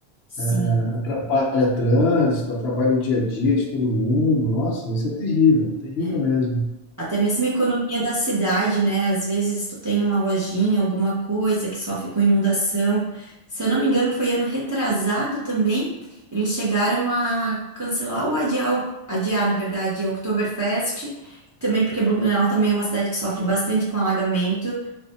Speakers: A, on the right (about 20°); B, on the left (about 70°).
A: sim.
B: É, é, atrapalha trânsito, atrapalha o dia a dia de todo mundo. Nossa, isso é terrível, terrível
A: né?
B: mesmo.
A: Até mesmo a economia da cidade, né? Às vezes tu tem uma lojinha, alguma coisa que sofre com inundação. Se eu não me engano, foi ano retrasado também. Eles chegaram a cancelar ou adiar, o- adiar, na verdade, a Oktoberfest. Também porque Blumenau também é uma cidade que sofre bastante com alagamento.